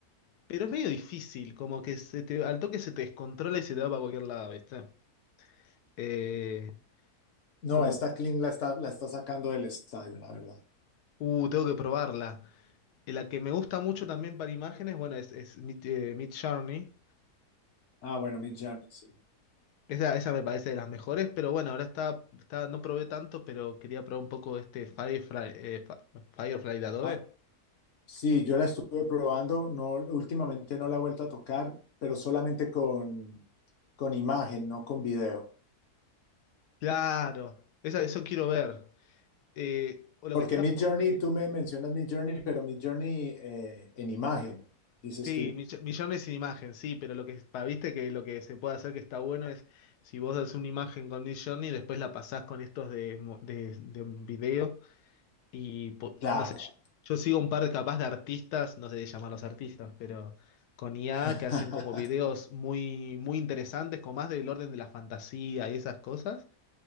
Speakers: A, on the left (about 80°); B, on the left (about 55°).
A: pero es medio difícil, como que se te, al toque se te descontrola y se te va para cualquier lado, ¿viste? Eh,
B: No,
A: como,
B: esta Kling la está, la está sacando del estadio, la verdad.
A: uh, tengo que probarla. Y la que me gusta mucho también para imágenes, bueno, es, es Mid, Journey.
B: Ah, bueno, Mid Journey, sí.
A: Esa, esa me parece de las mejores, pero bueno, ahora está, está, no probé tanto, pero quería probar un poco este Firefly, eh, Fi- Firefly de Adobe.
B: Ah, sí, yo la estuve probando, no, últimamente no la he vuelto a tocar, pero solamente con, con imagen, no con video.
A: Claro, esa, eso quiero ver. Eh, o lo
B: Porque
A: que está
B: Mid
A: bueno
B: Journey,
A: que.
B: tú me mencionas Mid Journey, pero Mid Journey eh, en imagen, dices
A: Sí,
B: tú.
A: mill- millones sin imagen, sí, pero lo que pa- viste que lo que se puede hacer que está bueno es si vos haces una imagen con Midjourney y después la pasás con estos de, mo- de, de un video Y po-
B: Claro.
A: no sé, yo, yo sigo un par capaz de artistas, no sé de llamarlos artistas, pero con IA
B: <laughs>
A: que hacen como videos muy, muy interesantes, con más del orden de la fantasía y esas cosas.